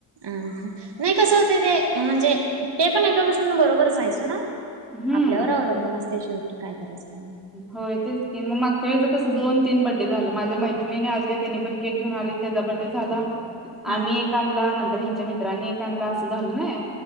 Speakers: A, on the right; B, in the centre.
A: अम नाई कसं हुतय ते म्हणजे ते पण एका गोष्टींन बरोबरच हाय सोडा
B: हम्म
A: आपल्यावर अवलंबून असतय शेवटी काय करायचं काय
B: होय तेच की म मागच्या वेळेच तस दोन तीन बड्डे झालं माझ्या मैत्रिणी आलत्या तेनी पण केक घेऊन आलित तेजा बड्डे झाला
A: हा
B: आमी एक आणला नंतर हेंच्या मित्रांनी एक आणला असं झालं नाइ